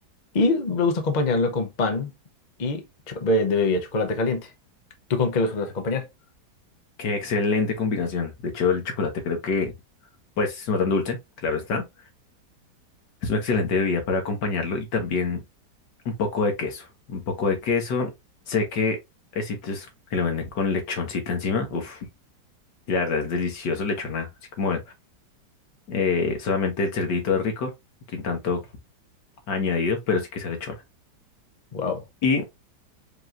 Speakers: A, on the left; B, on the left.
A: Y me gusta acompañarlo con pan y cho- be- de bebida chocolate caliente. ¿Tú con qué lo sueles acompañar?
B: qué excelente combinación. De hecho, el chocolate creo que, pues, no tan dulce, claro está. Es una excelente bebida para acompañarlo y también un poco de queso. Un poco de queso. Sé que hay sitios que lo venden con lechoncita encima. Uf, y la verdad es delicioso lechona. Así como eh, solamente el cerdito es rico, sin tanto añadido, pero sí que sea lechona.
A: Wow,
B: Y